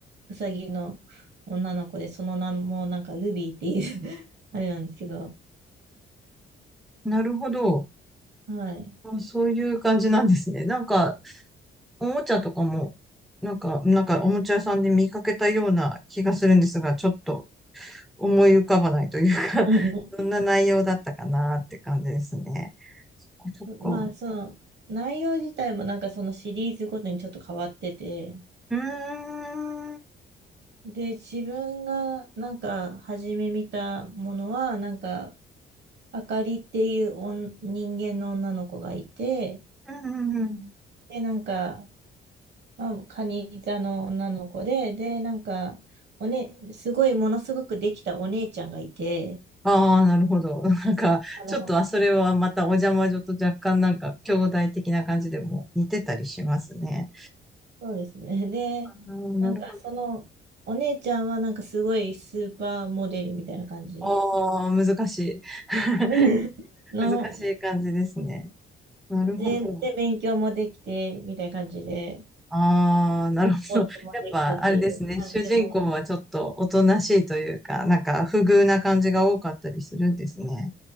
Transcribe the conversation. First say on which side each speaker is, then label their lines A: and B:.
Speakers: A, on the right; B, in the centre.
A: うさぎの女の子で、その名もなんかルビーっていう <laughs> あれなんですけど、
B: なるほど。
A: はい。
B: あそういう感じなんですね。なんか、おもちゃとかも、なんか、なんかおもちゃ屋さんで見かけたような気がするんですが、ちょっと思い浮かばないというか
A: うん
B: <laughs> どんな内容だったかなって感じですね。そっか。
A: そまあ、
B: そっか
A: その、内容自体もなんかそのシリーズごとにちょっと変わってて、
B: うーん。うん
A: で、自分がなんか初め見たものは、なんか、あかりっていうおん人間の女の子がいて、
B: うんうん
A: で、なんか、まあ、カニ座の女の子で、で、なんか、おね、すごい、ものすごくできたお姉ちゃんがいて、
B: ああ、なるほど。<laughs> なんか、
A: あの、
B: ちょっと、あ、それはまたお邪魔女と若干なんか、兄弟的な感じでも似てたりしますね。
A: そうですね。で、
B: ああ、なるほど。
A: なんか、その、お姉ちゃんは、なんか、すごいスーパーモデルみたいな感じの、
B: ああ、難しい。<laughs>
A: <laughs> の
B: 難しい感じですね。なるほど。
A: で、で、勉強もできて、みたいな感じで、
B: ああ、なるほど。
A: スポーツもできてて、
B: <laughs> やっぱ、あれですね。
A: なんでも、
B: 主人公はちょっとおとなしいというか、なんか、不遇な感じが多かったりするんですね。